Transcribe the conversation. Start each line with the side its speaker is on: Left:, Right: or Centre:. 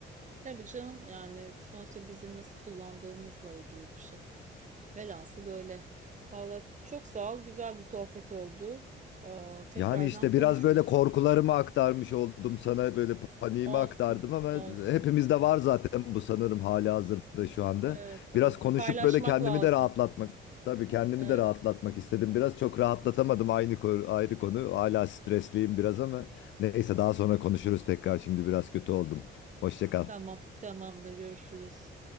Right: Tabii canım yani sonuçta bizim nasıl kullandığımızla ilgili bir şey. Velhasıl böyle. Vallahi çok sağ ol. Güzel bir sohbet oldu. Aa, tekrardan
Left: Yani işte
Right: konuşuruz.
Left: biraz böyle korkularımı aktarmış oldum sana böyle paniğimi
Right: Olsun.
Left: aktardım ama
Right: Olsun.
Left: hepimizde var zaten bu sanırım hali hazırda şu anda.
Right: Evet, evet.
Left: Biraz konuşup
Right: Paylaşmak
Left: böyle kendimi
Right: lazım.
Left: de rahatlatmak tabii kendimi
Right: Evet.
Left: de rahatlatmak istedim. Biraz çok rahatlatamadım aynı ko- ayrı konu. Hala stresliyim biraz ama neyse daha sonra konuşuruz tekrar. Şimdi biraz kötü oldum. Hoşça kal.
Right: Tamam. Tamamdır. Görüşürüz.